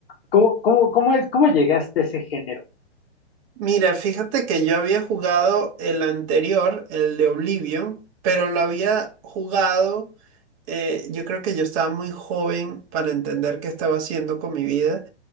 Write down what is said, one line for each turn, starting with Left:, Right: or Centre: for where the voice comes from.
Left: cómo, cómo, cómo, es- cómo llegaste a ese género.
Right: Mira, fíjate que yo había jugado el anterior, el de Oblivion, pero lo había jugado, eh, yo creo que yo estaba muy joven para entender qué estaba haciendo con mi vida